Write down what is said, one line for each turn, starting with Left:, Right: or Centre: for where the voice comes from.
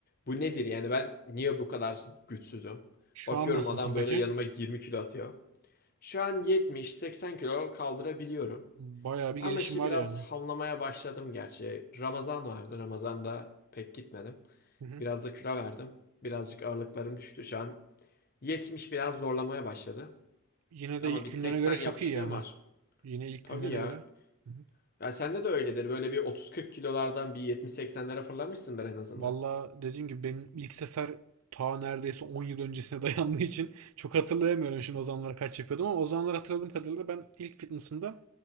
Left: bu nedir yani ben niye bu kadar güçsüzüm?
Right: Şu
Left: Bakıyorum
Right: an nasılsın
Left: adam
Right: peki?
Left: böyle yanıma 20 kilo atıyor. Şu an 70-80 kilo kaldırabiliyorum.
Right: Bayağı bir
Left: Ama
Right: gelişim
Left: işte
Right: var
Left: biraz
Right: yani.
Left: hamlamaya başladım gerçi. Ramazan vardı. Ramazan'da pek gitmedim.
Right: Hı hı.
Left: Biraz da kilo verdim. Birazcık ağırlıklarım düştü. Şu an 70 biraz zorlamaya başladı.
Right: Yine
Left: Ama
Right: de ilk
Left: bir
Right: günlerine
Left: 80
Right: göre
Left: yapmışlığım
Right: çok iyi yani.
Left: var.
Right: Yine ilk
Left: Tabii
Right: günlerine
Left: ya.
Right: göre. Hı hı.
Left: Ya sende de öyledir. Böyle bir 30-40 kilolardan bir 70-80'lere fırlamışsındır en azından.
Right: Valla dediğim gibi benim ilk sefer ta neredeyse 10 yıl öncesine <laughs> dayandığı için çok hatırlayamıyorum şimdi o zamanlar kaç yapıyordum ama o zamanlar hatırladığım kadarıyla ben ilk fitness'ımda